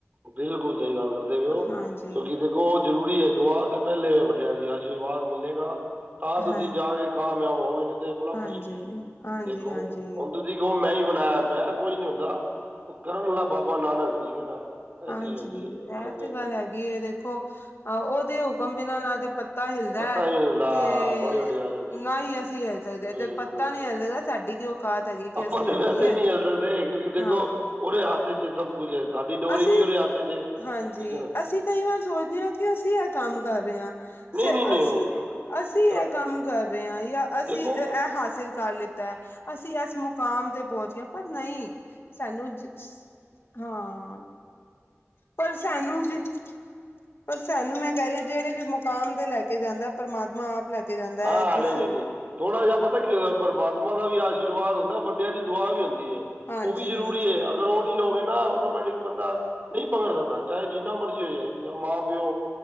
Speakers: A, on the right; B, on the left.
A: ਬਿਲਕੁਲ ਸਹੀ ਗੱਲ ਕਰਦੇ ਪਏ ਹੋ
B: ਹਾਂਜੀ
A: ਤੁਸੀ ਦੇਖੋ ਜ਼ਰੂਰੀ ਹੈ ਦੁਆ ਤੇ ਪਹਿਲੇ ਵੱਡਿਆਂ ਦੀ, ਆਸ਼ੀਰਵਾਦ ਮਿਲੇਗਾ। ਤਾਂ ਤੁਸੀਂ
B: ਹਾਂ
A: ਜਾ ਕੇ ਕਾਮਯਾਬ ਹੋ ਗਏ ਨੇ ਤੇ ਬੜਾ
B: ਹਾਂਜੀ,
A: ਮੁਸ਼ਕਿਲ ਏ।
B: ਹਾਂਜੀ,
A: ਦੇਖੋ
B: ਹਾਂਜੀ,
A: ਹੁਨ ਤੁਸ ਤੁਸੀ ਕੋ ਮੈਂ ਹੀ ਬਣਾਇਆ ਮੈਂ ਕੁਝ ਨੀ ਹੁੰਦਾ ਉਹ ਕਰਨ ਵਾਲਾ ਬਾਬਾ ਨਾਨਕ ਠੀਕ ਐ ਨਾ, ਇਹ
B: ਹਾਂਜੀ,
A: ਚੀਜ਼ ਹੁੰਦੀ ਹੈ
B: ਇਹ
A: ਹਾਂਜੀ
B: ਤੇ
A: ਹਾਂਜੀ
B: ਗੱਲ ਹੈਗੀ ਏ ਦੇਖੋ, ਅਹ ਉਹਦੇ ਹੁਕਮ ਬਿਨਾਂ ਨਾ ਤੇ ਪੱਤ ਪੱਤਾ ਹਿਲਦੇ।
A: ਪਤਾ ਹੀ ਨਹੀਂ ਹੁੰਦਾ
B: ਤੇ
A: ਬੜੀ ਵੱਡੀ ਗੱਲ ਕਰਦੇ
B: ਨਾਹੀ
A: ਹੋ
B: ਅਸੀਂ ਹਿਲ ਸਕਦੇ ਹਾਂ ਜਦ
A: ਬਿਲਕੁਲ
B: ਪੱਤਾ ਨਹੀਂ
A: ਜੀ
B: ਹਿਲਦਾ ਸਾਡੀ ਕਿ ਓਕਾਤ ਹੈਗੀ। ਕਿ
A: ਆਪਾਂ
B: ਅਸੀਂ
A: ਤੇ
B: ਹਿਲ
A: ਵੈਸੇ
B: ਜਾਈਏ
A: ਹੀ ਨਹੀਂ ਹਿਲ ਸਕਦੇ, ਕਿਉਂਕਿ
B: ਹਾਂ
A: ਦੇਖੋ ਉਹਦੇ ਹੱਥ ਈ ਚ ਏ ਸਭ ਕੁਛ ਹੈ। ਸਾਡੀ ਡੋਰੀ
B: ਅਸੀਂ
A: ਵੀ ਉਹਦੇ ਹੱਥੇ ਚ ਹੈ ਠੀਕ
B: ਹਾਂਜੀ,
A: ਹੈ ਨਾ
B: ਅਸੀਂ ਕਈ ਵਾਰ ਸੋਚਦੇ ਹਾਂ ਕਿ ਅਸੀਂ ਇਹ ਕੰਮ ਕਰ ਰਹੇ ਹਾਂ।
A: ਨਹੀਂ
B: ਸਰ
A: ਨਹੀਂ ਨਹੀਂ
B: ਅਸੀਂ,
A: ਉਹ
B: ਅਸੀਂ
A: ਕਰ
B: ਇਹ ਕੰਮ ਕਰ ਰਹੇ ਹਾਂ ਯਾ ਅਸੀਂ
A: ਦੇਖੋ
B: ਇਹ ਹਾਸਿਲ ਕਰ ਲਿੱਤਾ ਐ, ਅਸੀਂ ਐਸ ਮੁਕਾਮ ਤੇ ਪਹੁੰਚ ਗਏ ਪਰ ਨਹੀਂ ਸਾਨੂੰ ਜ ਸ ਹਾਂ, ਪਰ ਸਾਨੂੰ ਜੇ ਪਰ ਸਾਨੂੰ ਮੈਂ ਕਹਿ ਰਹੀ ਆਂ, ਜਿਹੜੇ ਵੀ ਮੁਕਾਮ ਤੇ ਲੈ ਕੇ ਜਾਂਦੈ, ਪਰਮਾਤਮਾ ਆਪ ਲੈ ਕੇ ਜਾਂਦਾ
A: ਹਾਂ
B: ਹੈ ਜਿਸ
A: ਨਹੀਂ, ਨਹੀਂ ਨੀ ਥੋੜ੍ਹਾ ਜਿਹਾ ਪਤਾ ਕੀ ਹੋਇਆ ਪਰਮਾਤ, ਉਹਨਾਂ ਦਾ ਵੀ ਆਸ਼ੀਰਵਾਦ ਹੁੰਦਾ ਵੱਡਿਆਂ ਦੀ ਦੁਆ ਵੀ ਹੁੰਦੀ ਹੈ।
B: ਹਾਂਜੀ
A: ਉਹ ਵੀ ਜ਼ਰੂਰੀ
B: ਹਾਂਜੀ
A: ਹੈ। ਅਗਰ ਉਹ ਨਹੀਂ ਲੋ ਗੇ ਨਾ ਆਟੋਮੈਟਿਕ ਬੰਦਾ ਨਹੀਂ ਪਕੜ ਸਕਦਾ ਚਾਹੇ ਜਿੰਨਾ ਮਰਜ਼ੀ ਹੋ ਜਾਏ। ਜਾਂ ਮਾਂ ਪਿਓ